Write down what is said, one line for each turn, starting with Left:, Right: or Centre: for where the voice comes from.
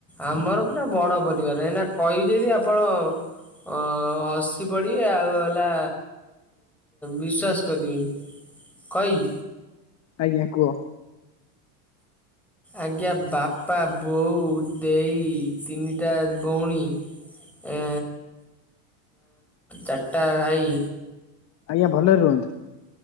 Centre: ଆମର ପୁରା ବଡ ପରିବାର ଏଇନା କହିବି ଯଦି ଆପଣ ହଁ। ହଁ ହସି ପଡିବେ ଆଉ ହେଲା ବିଶ୍ଵାସ କରିବେନି କଇବି?
Left: ଆଜ୍ଞା କୁହ।
Centre: ଆଜ୍ଞା ବାପା ବୋଉ ଦେଇ ତିନିଟା ଭଉଣୀ ଏ ଚାରିଟା ଭାଇ
Left: ଆଜ୍ଞା ଭଲରେ ରୁହନ୍ତୁ।